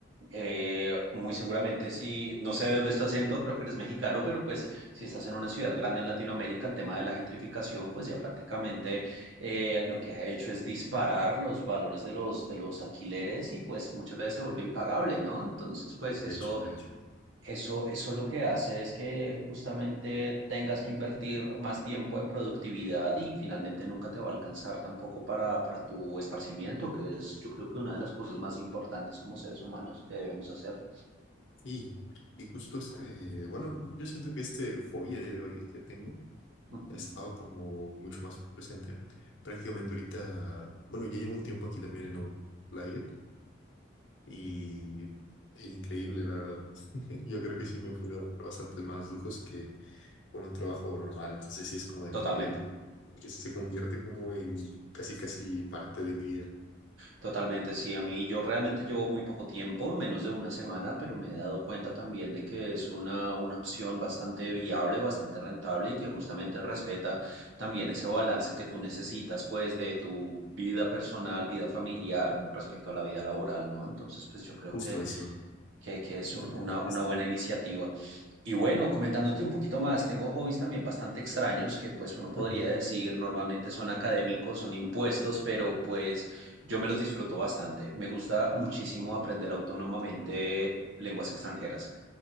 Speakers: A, on the right; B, on the left.
A: Eh, muy seguramente si, no sé de dónde es tu acento, creo que eres mexicano, pero pues si estás en una ciudad grande en Latinoamérica, el tema de la gentrificación, pues ya prácticamente eh, lo que ha hecho es disparar los valores de los, de los alquileres y pues muchas veces se vuelve impagable, ¿no? Entonces, pues
B: De
A: eso
B: hecho, de hecho.
A: eso, eso lo que hace es que justamente tengas que invertir más tiempo en productividad y finalmente nunca te va a alcanzar tampoco para, para tu esparcimiento, que es yo creo que una de las cosas más importantes como seres humanos que debemos hacer.
B: Sí, y justo este, bueno, yo siento que este hobby a día de hoy que tengo
A: Ujú.
B: ha estado como mucho más presente. Prácticamente ahorita, bueno, ya llevo un tiempo aquí también en Outlier y e increíble, la verdad. <laughs> Yo creo que sí me he podido dar bastantes más lujos que con un trabajo normal. Entonces sí es como de
A: Totalmente.
B: que él se convierte como en casi casi parte de mi vida.
A: Totalmente, sí, a mí yo realmente llevo muy poco tiempo, menos de una semana, pero me he dado cuenta también de que es una, una opción bastante viable, bastante rentable y que justamente respeta también ese balance que tú necesitas, pues, de tu vida personal, vida familiar respecto a la vida laboral, ¿no? Entonces, pues yo creo
B: Justo
A: que,
B: eso, ¿no?
A: que, que es
B: Sí
A: un-
B: te permite
A: una, una
B: estar
A: buena
B: bien.
A: iniciativa. Y bueno, comentándote un poquito más, tengo hobbies también bastante extraños que pues uno podría
B: <laughs>
A: decir normalmente son académicos, son impuestos, pero pues yo me los disfruto bastante. Me gusta muchísimo aprender autónomamente lenguas extranjeras.